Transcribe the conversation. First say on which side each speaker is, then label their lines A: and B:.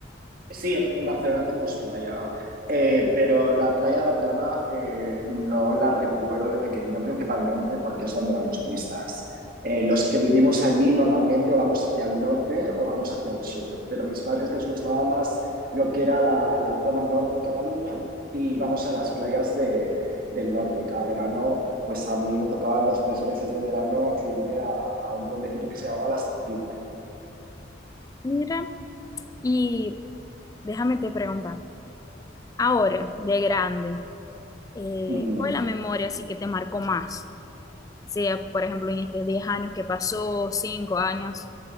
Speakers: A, on the right (about 50°); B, on the left (about 20°).
A: Sí, en, en Barcelona tenemos playa, eh, pero la playa de Barcelona eh, no la recuerdo de pequeño principalmente porque es donde van los turistas. Eh, los que vivimos allí normalmente o vamos hacia el norte o vamos hacia el sur, pero a mis padres les gustaba más lo que era la, la zona norte de Cataluña y vamos a las playas de- del norte. Y cada verano, pues a mí me tocaba los tres meses de verano irme a, a un pueblecito que se llamaba La Sartit.
B: Mira. Y déjame te preguntar, ahora, de grande, eh,
A: Ujú.
B: ¿cuál es la memoria así que te marcó más? Sea, por ejemplo, en estos 10 años que pasó, 5 años,